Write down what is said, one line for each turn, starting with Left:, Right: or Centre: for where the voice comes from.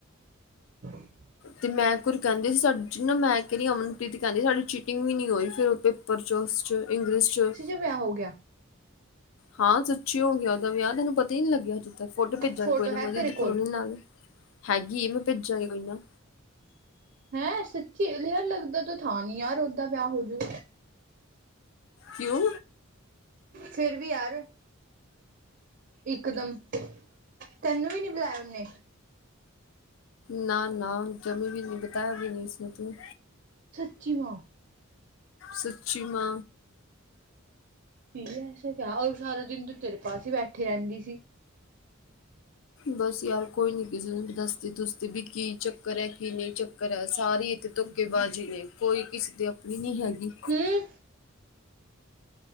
Right: <unintelligible>
Left: ਤੇ ਮੈਂ ਕੁਰ ਕਹਿੰਦੀ ਸੀ ਸਾ ਨਾ ਮੈਂ ਕਹਿ ਰਹੀ ਅਮਨਪ੍ਰੀਤ ਕਹਿੰਦੀ ਸੀ ਸਾਡੀ ਚੀਟਿੰਗ ਵੀ ਨੀ ਹੋਈ ਫਿਰ ਓ ਪਰਚੋਸ ਚ ਇੰਗਲਿਸ਼ ਚ।
Right: ਤੇ ਵਿਆਹ ਹੋ ਗਿਆ।
Left: ਹਾਂ ਸਚੀ ਹੋ ਗਿਆ ਉਹਦਾ ਵਿਆਹ ਤੁਹਾਨੂੰ ਪਤਾ ਹੀ ਨੀ ਲੱਗਿਆ ਅੱਜੇ। ਫੋਟੋ ਭੇਜਾਂਗੇ
Right: ਫੋਟੋ
Left: ਕੋਈ ਨਾ ਮੈਂ
Right: ਹੈ ਤੇਰੇ
Left: ਉਦੇ ਪ੍ਰੁਣੇ
Right: ਕੋਲ
Left: ਨਾਲ ਹੈਗੀ ਮੈਂ ਭੇਜਾਂਗੀ ਕੋਈ ਨਾ।
Right: ਹੈਂ ਸੱਚੀ, ਲੇਅਰ ਲੱਗਦਾ ਤਾ ਥਾਂ ਨੀ ਯਾਰ ਓਦਾਂ ਵਿਆਹ ਹੋਜੂ
Left: ਕਿਉ?
Right: ਫੇਰ ਵੀ ਯਾਰ ਇਕਦਮ, ਤੈਨੂੰ ਵੀ ਨੀ ਬੁਲਾਇਆ? ਨੇ
Left: ਨਾ-ਨਾ ਜਮੀ ਵੀ ਨਹੀਂ ਬਤਾਇਆ ਵੀ ਨਹੀਂ ਇਸਨੇ ਤੂੰ।
Right: ਸੱਚੀ ਮਾ?
Left: ਸੱਚੀ ਮਾ।
Right: ਈ ਐਸਾ ਕਿਆ, ਔਰ ਸਾਰਾ ਦਿਨ ਤੋ ਤੇਰੇ ਪਾਸ ਹੀ ਬੈਠੀ ਰਹਿੰਦੀ ਸੀ।
Left: ਬਸ ਯਾਰ ਕੋਈ ਨੀ ਕਿਸੂੰ ਦੱਸਦੀ ਦੁੱਸਦੀ ਵੀ ਕੀ ਚੱਕਰ ਹੈ ਕੀ ਨਹੀਂ ਚੱਕ ਕਰ ਹੈ, ਸਾਰੀ ਇੱਥੇ ਧੋੱਕੇਬਾਜ਼ੀ ਨੇ ਕੋਈ ਕਿਸੇ ਦੀ ਆਪਣੀ ਨਹੀਂ ਹੈਗੀ।
Right: ਹੂੰ